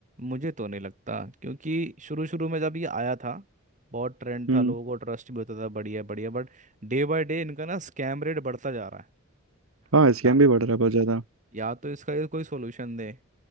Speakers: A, on the right; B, on the right.
A: मुझे तो नहीं लगता क्योंकि शुरू शुरू में जब ये आया था बहुत ट्रेंड
B: हम्म
A: था लोगों को ट्रस्ट भी होता था बढ़िया बढ़िया बट डे बाय डे इनका ना स्कैम रेट बढ़ता जा रहा है
B: हाँ स्कैम
A: या
B: भी बढ़ रहा है बहुत ज्यादा
A: या तो इसका ये कोई सोल्यूशन दे